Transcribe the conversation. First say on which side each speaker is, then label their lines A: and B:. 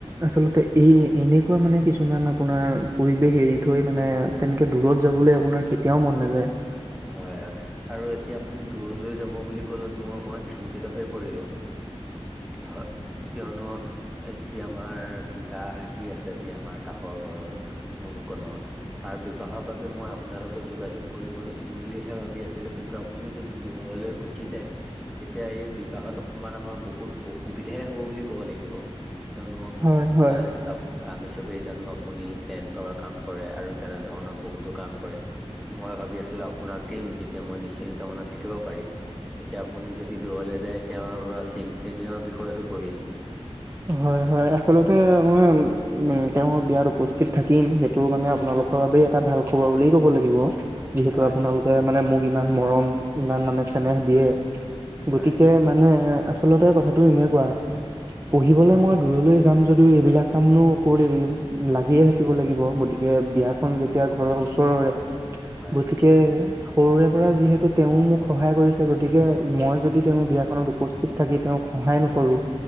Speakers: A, on the right; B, in the centre.
A: আচলতে এই এনেকুৱা মানে কিছুমান আপোনাৰ পৰিৱেশ এৰি থৈ মানে তেনেকে দূৰত যাবলৈ আপোনাৰ কেতিয়াও মন নাযায়
B: হয় হয় আৰু এতিয়া আপুনি দূৰলৈ যাব বুলি ক'লত মোৰ অকমান চিন্তিত হৈ পৰিলো হয় কিয়নো এজে আমাৰ বিবাহ আহি আছে আজি আমাৰ কাষৰ ঘৰ মুনুকনৰ তাৰ বিবাহৰ বাবে মই আপোনালোকক যোগাযোগ কৰিব বুলিহে ভাবি আছিলোঁ কিন্তু আপুনি যদি দূৰলে গুচি যায় তেতিয়া এই বিবাহত অকনমান আমাৰ বহুত অসুবিধাই হ'ব বুলি ক'ব লাগিব কিয়নো
A: হয় হয়
B: এ আ আমি চবেই জানোঁ আপুনি টেন্টৰ কাম কৰে আৰু তেনে ধৰণৰ বহুতো কাম কৰে মই ভাবি আছিলো আপোনাক দিম তেতিয়া মই নিশ্চিন্ত মানে থাকিব পাৰিম এতিয়া আপুনি যদি দূৰলৈ যায় এতিয়া আমাৰ পোৰা চিন্তনীয় বিষয় হৈ পৰিল
A: হয় হয় আচলতে মই উ তেওঁৰ বিয়াত উপস্থিত থাকিম সেইটো মানে আপোনালোকৰ বাবেই এটা ভাল খবৰ বুলি ক'ব লাগিব যিহেতু
B: হয়,
A: আপোনালোকে মানে মোক ইমান মৰম, ইমান মানে চেনেহ দিয়ে
B: হয়,
A: গতিকে মানে আচলতে কথাটো এনেকুৱা পঢ়িবলে মই দূৰলৈ যাম যদিও এইবিলাক কামনো ক'ত এৰিম লাগিয়ে থাকিব লাগিব গতিকে বিয়াখন যেতিয়া ঘৰৰ ওচৰৰে
B: হয়,
A: গতিকে সৰুৰে পৰা যিহেতু তেওঁ মোক সহায় কৰিছে গতিকে মই যদি তেওঁ বিয়াখনত উপস্থিত থাকি তেওঁক সহায় নকৰোঁ